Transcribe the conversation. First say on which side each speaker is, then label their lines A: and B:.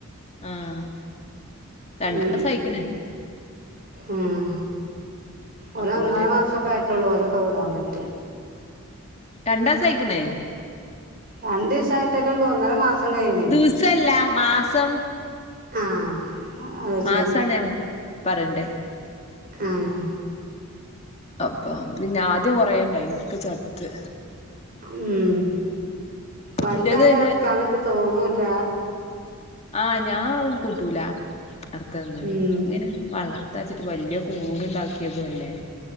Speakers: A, on the left; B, on the right.
A: ആഹ് രണ്ടാസം
B: ഉം
A: ആയിക്കണ്
B: ഉം ഒരൊന്നര
A: അപ്പൊ ഓലെ
B: മാസം സൊക്കെ ആയിട്ടൊള്ളൂ ഓരൊക്കെ വിടാ പറ്റ
A: രണ്ടാസായിക്ക്ണ്
B: രണ്ടീസായിട്ടല്ലേള്ളൂ ഒന്നര മാസം കഴിയ ണേ
A: ദിവസല്ല മാസം
B: ആഹ് അയ് ശരി
A: മാസാണ് ഞാൻ പറയണ്ടേ
B: ആഹ്
A: അപ്പ പിന്നെ ആദ്യം കൊറേയിണ്ടായിനു ഒക്കെ ചത്ത്
B: ഉം വൽതായ
A: ഇന്റത് ഇത്
B: അർക്കാനറ്റെ തോന്നുല്ല
A: ആഹ് ഞാൻ കൂട്ടൂലാ അർത്ത നന്നായി
B: ഉം
A: ഇങ്ങനെ വളർത്തച്ചിട്ട് വല്യ കൂട്ണ്ടാക്കിയതും അല്ലേ